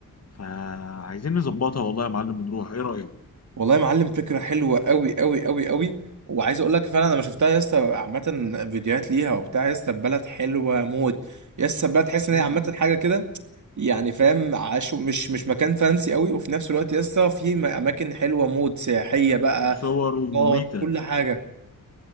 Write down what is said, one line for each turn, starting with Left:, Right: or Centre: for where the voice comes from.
Left: فعايزين نظبطها والله يا معلم ونروح ايه رأيك
Right: والله يا معلم فكرة حلوة قوي قوي قوي قوي وعايز اقول لك فعلا انا شفتها يا اسطى عامة فيديوهات ليها وبتاع يا اسطى البلد حلوة موت يا اسطى البلد تحس ان
Left: مم.
Right: هي عامة حاجة كده يعني فاهم عاشو مش مش مكان فانسي قوي وفي نفس الوقت يا اسطى في م- اماكن حلوة موت سياحية بقى
Left: وصور ومميتة
Right: نقط كل حاجة